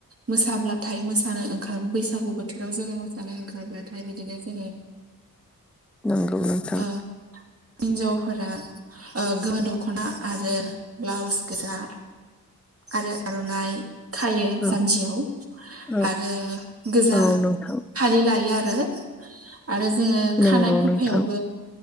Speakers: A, on the right (about 40°); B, in the centre.
A: मोसाब्लाथाय मोसानो ओंखारो बैसागु बोथोराव जोङो मोसानो ओंखारब्ला थाय बिदिनो जोङो
B: नंगौ नोंथां
A: ओ हिन्जावफोरा ओ गोमो दख'ना आरो ब्लाउस गोजा आरो आर'नाइ खायो
B: औ
A: जानजियाव
B: औ
A: आरो गोजा
B: औ नोंथां
A: फालि लायो आरो <unintelligible> आरो जोङो
B: नंगौ
A: खानाय खुफायावबो
B: नोंथां
A: ओ